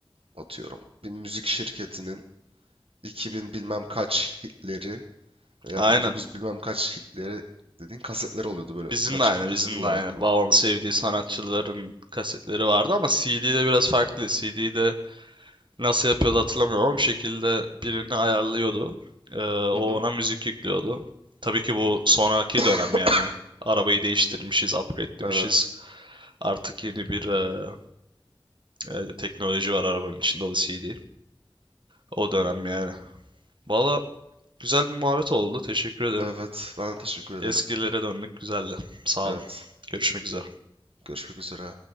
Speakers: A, on the right; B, on the right.
A: atıyorum bir müzik şirketinin 2000 bilmem kaç hitleri veya
B: Aynen.
A: 1900 bilmem kaç hitleri dediğin kasetler oluyordu böyle
B: Bizim
A: kaç
B: de aynı,
A: kaset
B: bizim
A: olarak.
B: de aynı. Babamın sevdiği sanatçıların kasetleri vardı ama CD'de biraz farklı. CD'de nasıl yapıyordu hatırlamıyorum ama bir şekilde birini ayarlıyordu. Ee, o
A: Hı hı.
B: ona müzik yüklüyordu. Tabii ki bu sonraki
A: <coughs>
B: dönem yani. Arabayı değiştirmişiz, upgrade'lemişiz.
A: Evet.
B: Artık yeni bir e, e, teknoloji var arabanın içinde o da CD. O dönem yani. Valla Güzel bir muhabbet oldu. Teşekkür ederim.
A: Evet. Ben de teşekkür ederim.
B: Eskilere döndük. Güzeldi. Sağ
A: Evet.
B: olun. Görüşmek üzere.
A: Görüşmek üzere.